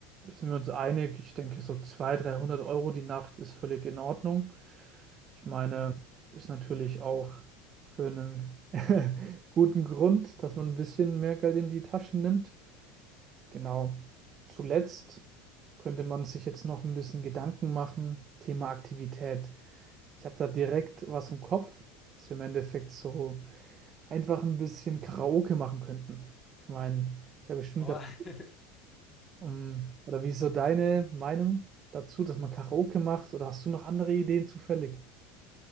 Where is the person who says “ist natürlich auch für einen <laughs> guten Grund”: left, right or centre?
Right